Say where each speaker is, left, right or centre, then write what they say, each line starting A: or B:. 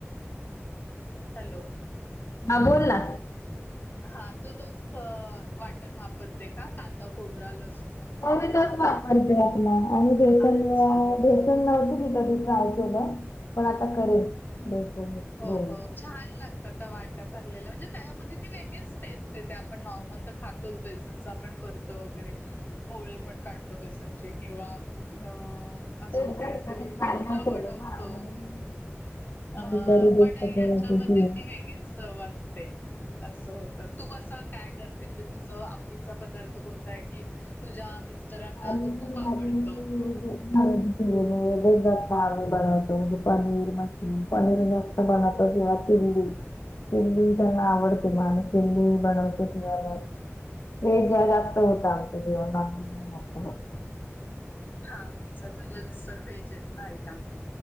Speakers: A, on the left; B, on the left.
A: हॅलो.
B: हा बोल ना.
A: हा तू तोच अ वाटण वापरते का कांदा खोबरा लसू
B: हो मी तोच वापरते आपला आणि जे पण
A: अच्छा
B: बेसन नव्हत मी कधी ट्राय केलं पण आता करेन. <unintelligible>
A: हो, हो. छान लागतात त्या वाट्या भरलेला म्हणजे तव्यामध्ये ती वेगळीच टेस्ट येते आपण नॉर्मल तर खात तेल बेसनच आपण करतो वगैरे पोळे पण काढतो बेसनचे किंवा म अजून
B: तेच ग
A: कायतरी
B: मी कधी ट्राय
A: पिटलं
B: नाही केलं
A: बनवतो.
B: ना म्हणून मी
A: अ
B: करू दे
A: पण याच्यामध्ये
B: कसं केलं.
A: ती वेगळीच चव असते. असं होत तू कसं काय करते म्हणजे तुझं आवडीचा पदार्थ कोणता आहे की तुझ्या मिस्टरांना
B: आणि
A: तो खूप आवडतो.
B: माझी <unintelligible> आम्ही बनवतो म्हण पनीर मशरूम पनीर म <unintelligible> <unintelligible> <unintelligible> जास्त होतं आमचं जेवन रात्री. अह.
A: हा अच्छा तुझे मिस्टर व्हेज येत नाही का.